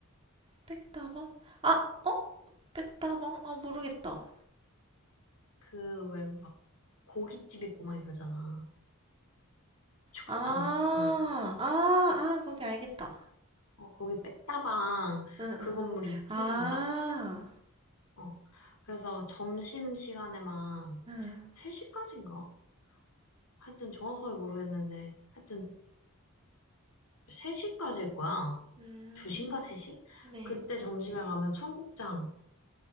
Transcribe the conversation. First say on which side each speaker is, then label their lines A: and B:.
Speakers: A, on the right; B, on the left.
A: 백다방? 아, 어? 백다방? 아, 모르겠다.
B: 그 왜 막 고깃집 있고 막 이러잖아. 축산.
A: 아,
B: 막, 이러-
A: 아, 아, 거기 알겠다.
B: 어, 거기 백다방
A: 응,
B: 그
A: 응, 응.
B: 건물 2층인가?
A: 아,
B: 어. 그래서 점심 시간에만
A: 응.
B: 3시까지인가? 하여튼 정확하게 모르겠는데, 하여튼 3시까지일 거야.
A: 음,
B: 2시인가 3시?
A: 네.
B: 그때 점심에 가면 청국장